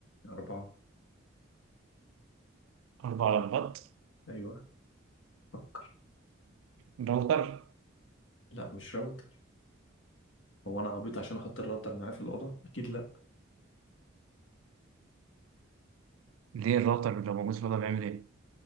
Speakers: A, on the left (about 70°); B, on the right (about 80°).
A: أربعة
B: أربع لمبات
A: أيوة فكر
B: الراوتر
A: لا مش راوتر هو أنا عبيط عشان أحط الراوتر معايا في الأوضة أكيد لا
B: ليه الراوتر لو موجود في الأوضة بيعمل إيه؟